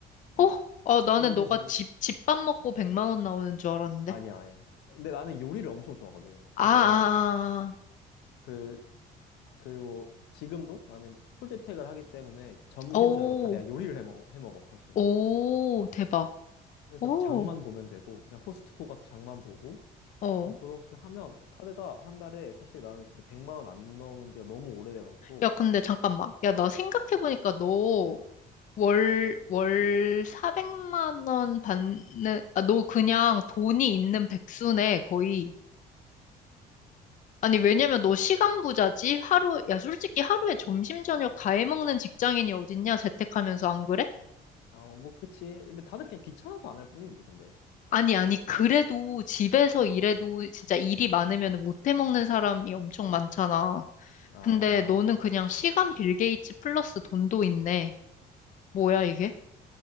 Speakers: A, on the left; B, on the left.
A: 어.
B: 어? 아, 나는
A: 근데,
B: 너가
A: 된-
B: 집, 집밥 먹고 100만 원 나오는 줄 알았는데.
A: 아니야, 아니야. 근데 나는 요리를 엄청 좋아하거든.
B: 아,
A: 그래서
B: 아,
A: 나는,
B: 아. 아.
A: 그, 그리고 지금도 나는 풀재택을 하기 때문에 점심,
B: 오,
A: 저녁을 다 내가 요리를 해 먹어, 해 먹어, 사실.
B: 오, 대박.
A: 그래서
B: 오.
A: 장만 보면 되고, 그냥 코스트코 가서 장만 보고,
B: 어.
A: 뭐 그렇게 하면 카드가 한 달에 사실 나는 진짜 100만 원 안 넘은 지가 너무 오래돼가지고
B: 야, 근데 잠깐만. 야, 나 생각해보니까 너 월, 월 400만 원 받는, 아, 너 그냥 돈이 있는 백수네, 거의. 아니, 왜냐면 너 시간 부자지? 하루, 야, 솔직히 하루에 점심, 저녁 다 해먹는 직장인이 어딨냐? 재택하면서 안 그래?
A: 어 뭐 그치 근데 다들 그냥 귀찮아서 안 할 뿐이지 근데
B: 아니, 아니, 그래도 집에서 일해도 진짜 일이 많으면 못 해먹는 사람이 엄청 많잖아.
A: 아
B: 근데 너는 그냥 시간 빌 게이츠 플러스 돈도 있네. 뭐야, 이게?